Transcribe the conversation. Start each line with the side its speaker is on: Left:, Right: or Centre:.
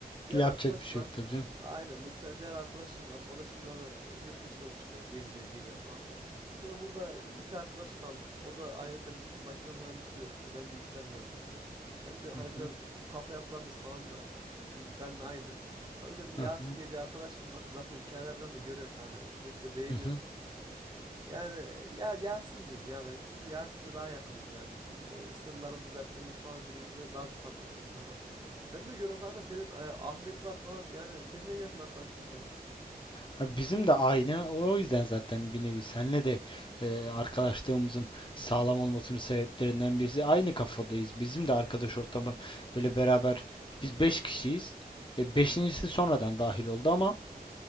Right: Diğer
Left: Yapacak
Right: arkadaş
Left: bir şey
Right: var.
Left: yok tabii canım.
Right: Aynen mesela diğer arkadaşım var. O da şimdi da e, yurt dışına çıkıyor, geziyor, geliyor falan filan. Şimdi burada iki arkadaş kaldık. O da ayrıca makine mühendisliği okuyor. Ben bilgisayar mühendisliği. Hem de hani
Left: Hı
Right: biraz
Left: hı.
Right: kafa yapılarımız falan da biz ben de aynı. Ya o yüzden bir
Left: Hı
Right: Yasin
Left: hı.
Right: diye bir arkadaşım var. Zaten hikayelerden de görüyorsun kanka. Sürekli de beğeniyorsun.
Left: Hı hı.
Right: Yani ya Yasin diyeyim ya ben. Çünkü Yasin'le daha yakınız yani. Bütün e, sırlarımızı, dertlerimiz falan birbirimize daha çok anlatıyoruz kanka. Ben de görüyorum kanka senin e, Ahmet var falan. Yani senin en yakın arkadaşların hangisi?
Left: Ha, Bizim de aynı. O yüzden zaten bir nevi senle de e, arkadaşlığımızın sağlam olmasının sebeplerinden birisi aynı kafadayız. Bizim de arkadaş ortamı böyle beraber biz 5 kişiyiz. E, beşincisi sonradan dahil oldu ama